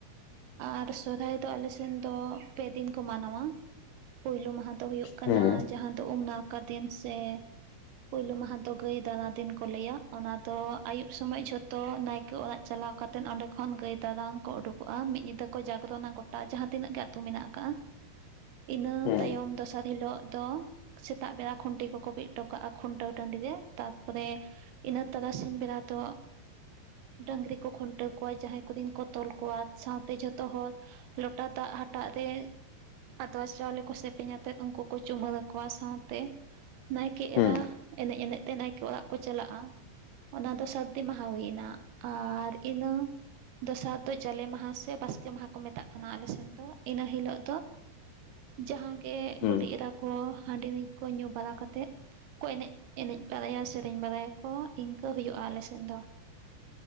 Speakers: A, on the right; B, on the left.
A: ᱟᱨ ᱥᱚᱨᱦᱟᱭ ᱫᱚ ᱟᱞᱮᱥᱮᱱ ᱫᱚ ᱯᱮ ᱫᱤᱱ ᱠᱚ ᱢᱟᱱᱟᱣᱟ ᱯᱩᱭᱞᱳ ᱢᱟᱦᱟ ᱫᱚ ᱦᱩᱭᱩᱜ ᱠᱟᱱᱟ
B: ᱦᱮᱸ
A: ᱡᱟᱦᱟᱸ ᱫᱚ ᱩᱢ ᱱᱟᱲᱠᱟ ᱫᱤᱱ ᱥᱮ ᱯᱩᱭᱞᱳ ᱢᱟᱦᱟ ᱫᱚ ᱜᱟᱹᱭ ᱫᱟᱱᱟ ᱫᱤᱱ ᱠᱚ ᱞᱟᱹᱭᱟ ᱚᱱᱟ ᱫᱚ ᱟᱭᱩᱵ ᱥᱚᱢᱚᱭ ᱡᱷᱚᱛᱚ ᱱᱟᱭᱠᱮ ᱚᱲᱟᱜ ᱪᱟᱞᱟᱣ ᱠᱟᱛᱮᱫ ᱚᱸᱰᱮ ᱠᱷᱚᱱ ᱜᱟᱹᱭ ᱫᱟᱨᱟᱱ ᱠᱚ ᱩᱰᱩᱠᱚᱜᱼᱟ ᱢᱤᱫ ᱧᱤᱫᱟᱹ ᱠᱚ ᱡᱟᱜᱽᱨᱚᱱᱟ ᱜᱚᱴᱟ ᱡᱟᱦᱟᱸ ᱛᱤᱱᱟᱹᱜ ᱜᱮ ᱟᱹᱛᱩ ᱢᱮᱱᱟᱜ ᱠᱟᱜ-ᱟ
B: <inaudible>
A: ᱤᱱᱟᱹ
B: ᱦᱮᱸ
A: ᱛᱟᱭᱚᱢ ᱫᱚᱥᱟᱨ ᱦᱤᱞᱚᱜ ᱫᱚ ᱥᱮᱛᱟᱜ ᱵᱮᱲᱟ ᱠᱷᱩᱱᱴᱤ ᱠᱚᱠᱚ ᱵᱤᱫ ᱦᱚᱴᱚ ᱠᱟᱜᱼᱟ ᱠᱷᱩᱱᱴᱟᱹᱣ ᱴᱟᱺᱰᱤ ᱨᱮ ᱛᱟᱨᱯᱚᱨᱮ ᱤᱱᱟᱹ ᱛᱚᱨᱟ ᱥᱤᱧ ᱵᱮᱲᱟ ᱫᱚ ᱰᱟᱹᱟᱝᱨᱤ ᱠᱚ ᱠᱷᱩᱱᱴᱟᱹᱣ ᱠᱚᱣᱟ ᱡᱟᱦᱟᱸᱭ ᱠᱚ ᱨᱤᱱ ᱠᱚ ᱛᱚᱞ ᱠᱚᱣᱟ ᱥᱟᱶᱛᱮ ᱡᱷᱚᱛᱚ ᱦᱚᱲ ᱞᱚᱴᱟ ᱫᱟᱜ ᱦᱟᱴᱟᱜ ᱨᱮ ᱟᱫᱽᱣᱟ ᱪᱟᱣᱞᱮ ᱠᱚ ᱥᱮᱯᱮᱧ ᱟᱛᱮᱜ ᱩᱱᱠᱩ ᱠᱚ ᱪᱩᱢᱟᱹᱨ ᱟᱠᱚᱣᱟ ᱥᱟᱶᱛᱮ ᱱᱟᱭᱠᱮ ᱮᱨ
B: ᱦᱮᱸ
A: ᱨᱟ ᱮᱱᱮᱡ ᱮᱱᱮᱡ ᱛᱮ ᱱᱟᱭᱠᱮ ᱚᱲᱟᱜ ᱠᱚ ᱪᱟᱞᱟᱜᱼᱟ ᱚᱱᱟ ᱫᱚ ᱥᱟᱹᱨᱫᱤ ᱢᱟᱦᱟ ᱦᱩᱭᱱᱟ ᱟᱨ ᱤᱱᱟᱹ ᱫᱚᱥᱟᱨ ᱫᱚ ᱡᱟᱞᱮ ᱢᱟᱦᱟ ᱥᱮ ᱵᱟᱥᱠᱮ ᱢᱟᱦᱟ ᱠᱚ ᱢᱮᱛᱟᱜ ᱠᱟᱱᱟ ᱟᱞᱮᱥᱮᱱ ᱫᱚ ᱤᱱᱟᱹ ᱦᱤᱞᱳᱜ ᱫᱚ ᱡᱟᱦᱟᱸ ᱜᱮ
B: ᱦᱮᱸ
A: ᱵᱩᱰᱤ ᱮᱨᱟ ᱠᱚ ᱦᱟᱺᱰᱤ ᱠᱚ ᱧᱩ ᱵᱟᱲᱟ ᱠᱟᱛᱮᱜ ᱠᱚ ᱮᱱᱮᱡ ᱮᱱᱮᱡ ᱵᱟᱲᱟᱭᱟ ᱥᱮᱨᱮᱧ ᱵᱟᱲᱟᱭᱟᱠᱚ ᱤᱱᱠᱟᱹ ᱦᱩᱭᱩᱜᱼᱟ ᱟᱞᱮᱥᱮᱱ ᱫᱚ